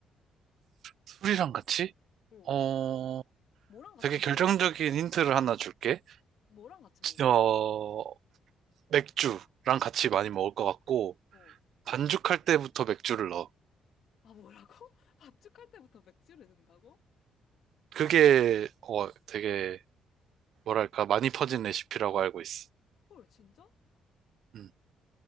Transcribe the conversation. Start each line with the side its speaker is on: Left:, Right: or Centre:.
Right: 술이랑 같이?
Left: 어.
Right: 어,
Left: 뭐랑 같이
Right: 되게
Left: 먹어?
Right: 결정적인
Left: 뭐,
Right: 힌트를 하나
Left: 어,
Right: 줄게.
Left: 뭐랑 같이 먹어?
Right: 어, 맥주랑 같이 많이 먹을 것 같고,
Left: 어.
Right: 반죽할 때부터 맥주를 넣어.
Left: 아, 뭐라고? <laughs> 밥죽할 때부터 맥주를 넣는다고?
Right: 그게, 어, 되게, 뭐랄까, 많이 퍼진 레시피라고 알고 있어.
Left: 헐, 진짜?
Right: 음,